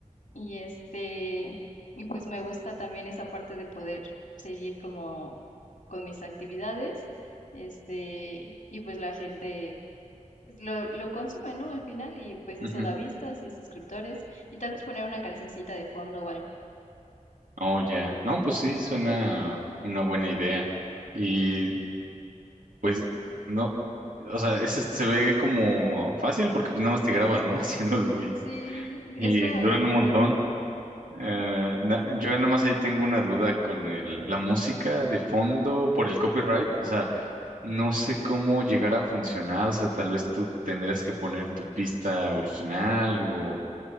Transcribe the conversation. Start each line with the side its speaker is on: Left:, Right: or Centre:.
Left: y este, y pues me gusta también esa parte de poder seguir como con mis actividades, este, y pues la gente pues lo, lo consume, ¿no? Al final y pues eso
Right: ujú.
Left: da vistas y suscriptores y tal vez poner una cancioncita de fondo o algo.
Right: Oh, ya. No, pues sí, suena una buena idea. Y pues no, o sea, ese se ve como fácil porque pues nada más te grabas, ¿no? <laughs> Haciéndolo y,
Left: Sí, sí,
Right: y
Left: es lo
Right: duran un montón.
Left: divertido.
Right: Eh, na- yo nada más ahí tengo una duda con el, la música de fondo por el copyright, o sea, no sé cómo llegar a funcionar, o sea, tal vez tú tendrías que poner tu pista original o,